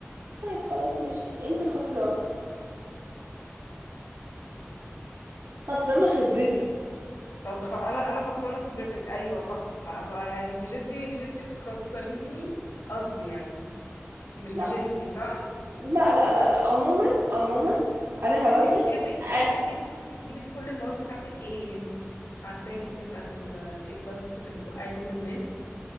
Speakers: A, on the right; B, on the left.
A: طيب خلاص ماشي انت الخسرانة خسرانة خبرتي
B: خ- خ- انا انا خسرانه خبرتك ايوه صح ما ما يعني مش انت مش انت اللي بتخسريني قصدي يعني مش
A: لا
B: مش انت صح
A: لا لا لا لا عموما عموما انا هواجهك
B: انت انت تحبي انت
A: أ-
B: بتحبي تحبي تجيبي في كل المواد بتاعتك ايه انت عارفاك انت بتاعت الاي بلس اللي بتوقعي كل الناس